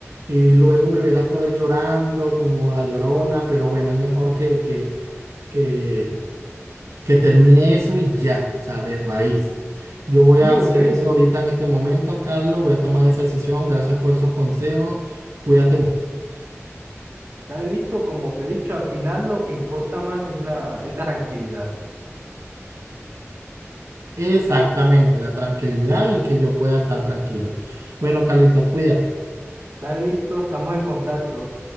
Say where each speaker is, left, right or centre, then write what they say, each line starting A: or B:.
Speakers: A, on the right (about 85°); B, on the right (about 50°).
A: Y luego me verás por ahí llorando como la llorona. Pero bueno, es mejor que, que, que que termine eso y ya, o sea, de raíz. Yo voy
B: Sí,
A: a hacer
B: ok,
A: eso ahorita en este momento, Carlos, voy a tomar esa decisión. Gracias por esos consejos. Cuídate. mu-
B: dale listo, como te he dicho, al final lo que importa más es la, es la tranquilidad.
A: Exactamente, la tranquilidad y que yo pueda estar tranquilo. Bueno, Carlito, cuídate.
B: Dale listo, estamos en contacto.